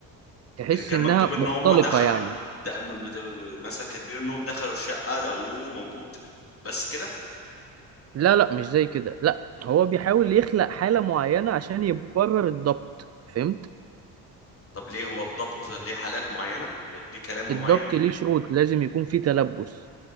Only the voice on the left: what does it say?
يعني كان
مكتوب ان
هم دخلوا
ده- م- ده- مثلا كاتبين انهم دخلوا الشقه لقوه موجود بس كده
طب ليه هو الضبط ليه حالات معينه ليه كلام
معين